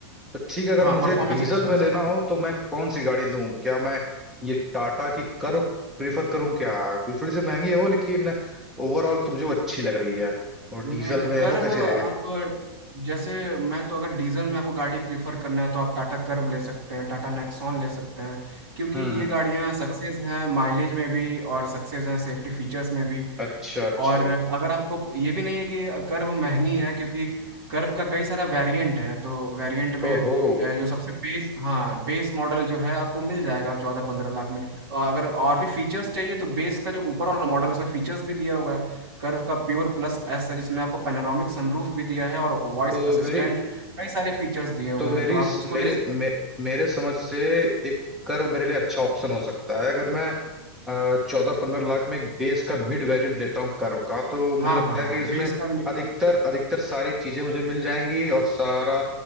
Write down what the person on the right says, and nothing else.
हाँ
परफॉर्मेंस
अच्छा है
स्कॉडा
पहले
नहीं
कर्व
आप
जैसे मैं तो अगर डीजल में आपको गाड़ी प्रीफर करना है तो आप टाटा कर्व ले सकते हैं टाटा नेक्सॉन ले सकते हैं क्योंकि
ये
गाड़ियाँ सक्सेस हैं माइलेज में भी और सक्सेस हैं सेफ्टी फीचर्स में भी
और अगर आपको ये भी नहीं है कि कर्व महंगी है क्योंकि कर्व का कई सारा वेरिएंट है तो वेरिएंट में
अ, जो सबसे बेस हाँ बेस मॉडल जो है आपको मिल जाएगा चौदह पंद्रह लाख में और अगर और भी फीचर्स चाहिए तो बेस का जो ऊपर वाला मॉडल है, उसमें फीचर्स भी दिया हुआ है कर्व का प्योर प्लस एस है जिसमें आपको पैनोरामिक सनरूफ भी दिया है और वॉइस
असिस्टेंट
कई सारे फीचर्स दिए हुए
हैं तो आप उसको
ले सक-
हाँ
हाँ
हाँ
बेस का